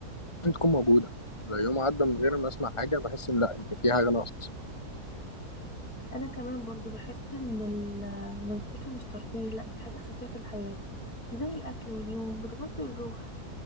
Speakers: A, on the left; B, on the left.
A: لازم تكون موجودة لو يوم عدى من غير ما أسمع حاجة بحس إن لا إن في حاجة ناقصة
B: انا كمان برضو بحس ان المزيكا مش ترفيه لا دي حاجة اساسية في الحياة زي الأكل واليوم بتغذي الروح